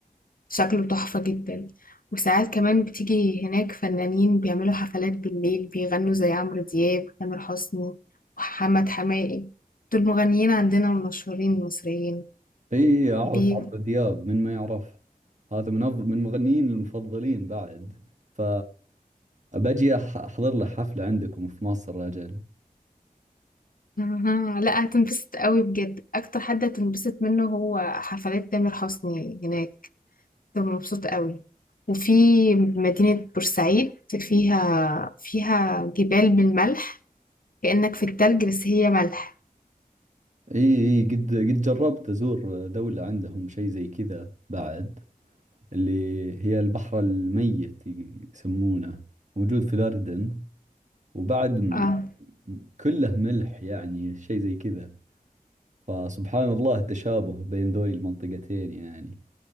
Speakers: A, on the left; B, on the right.
A: شكله تحفة جدا وساعات كمان بتيجي هناك فنانين بيعملوا حفلات بالليل بيغنوا زي عمرو دياب وتامر حسني ومحمد حماقي دول مغنيين عندنا المشهورين المصريين
B: اي اعرف
A: بي...
B: عمرو دياب من ما يعرف هذا من أف- من مغنيين المفضلين بعد ف أبجي أح- احضر له حفلة عندكم في مصر اجل
A: <laughs> مهم. لا هتنبسط قوي بجد أكتر حد هتنبسط منه هو حفلات تامر حسني هناك كنت مبسوطة قوي وفي مدينة بورسعيد فيها فيها جبال بالملح كأنك في التلج بس هي ملح
B: اي اي قد قد جربت ازور دولة عندهم شيء زي كذا بعد اللي هي البحر الميت ي- يسمونه موجود في الأردن وبعد م-
A: اه
B: كله ملح يعني شيء زي كذا فسبحان الله التشابه بين ذولي المنطقتين يعني